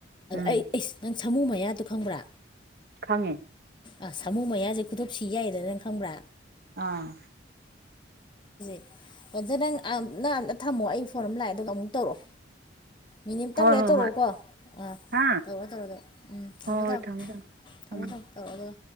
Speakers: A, on the right; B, on the left.
A: ꯎꯝ
B: ꯑꯩ ꯑꯦꯁ ꯁꯥꯃꯨ ꯃꯌꯥꯇꯨ ꯈꯪꯕ꯭ꯔꯥ
A: ꯈꯪꯉꯦ
B: ꯑ ꯁꯃꯨ ꯃꯥꯌꯥꯁꯦ ꯈꯨꯗꯣꯞ ꯁꯤ ꯌꯥꯏꯌꯦꯗꯨ ꯅꯪ ꯈꯪꯕ꯭ꯔꯥ
A: ꯑꯥ
B: ꯑꯣꯖ ꯅꯪ ꯑꯟ ꯅ ꯑꯝꯇ ꯊꯝꯃꯣ ꯑꯩ ꯐꯣꯔꯝ ꯂꯥꯛꯑꯦ ꯑꯗꯨꯒ ꯑꯃꯨꯛ ꯇꯧꯔꯛꯑꯣ ꯃꯤꯅꯤꯝꯇꯪ
A: ꯍꯣꯏ
B: ꯂꯩꯔ
A: ꯍꯣꯏ
B: ꯇꯧꯔꯛꯑꯣꯀꯣ
A: ꯍꯣꯏ
B: ꯑꯥ
A: ꯍꯥ
B: ꯇꯧꯔꯣ ꯇꯧꯔ ꯑꯗꯨ ꯎꯝ ꯊꯝꯃꯣ
A: ꯍꯣꯏ ꯍꯣꯏ
B: ꯊꯝ
A: ꯊꯝꯃꯦ ꯊꯝꯃꯦ
B: ꯊꯃꯣ
A: ꯎꯝ
B: ꯊꯝ ꯇꯧꯔꯛ ꯑꯗꯨꯒ